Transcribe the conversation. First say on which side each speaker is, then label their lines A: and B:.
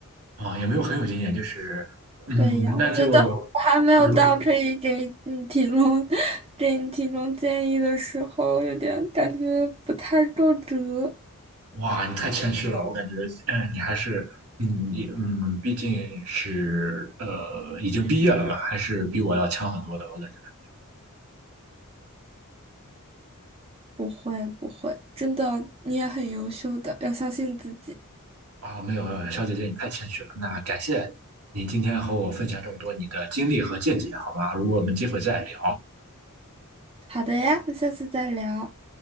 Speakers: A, on the right (about 80°); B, on the right (about 25°).
A: 啊，也没有很有经验，就是，嗯，
B: 对呀，
A: 那就比如。
B: 我觉得我还没有到可以给你提供 <laughs> 给你提供建议的时候，有点感觉不太够格。
A: 哇，你太谦虚了，我感觉，嗯，你还是，嗯，你，嗯，毕竟是，呃，已经毕业了嘛，还是比我要强很多的，我感觉。
B: 不会不会，真的，你也很优秀的，要相信自己。
A: 啊，没有，呃小姐姐，你太谦虚了。那感谢你今天和我分享这么多你的经历和见解，好吧？如果我们机会再聊。
B: 好的呀，那下次再聊。